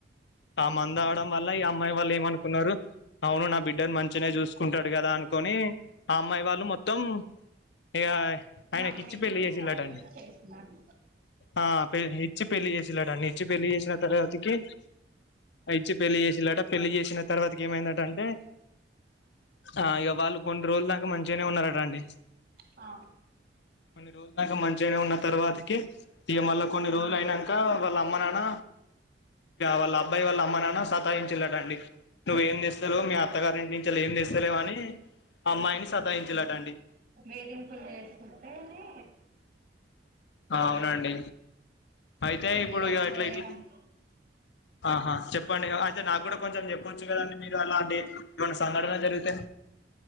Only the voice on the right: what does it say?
నమ్మేసి
ఇచ్చేసినారు
ఆ
మెడిం కుస్ కుట్టనే
మరి
అలా
చేయడం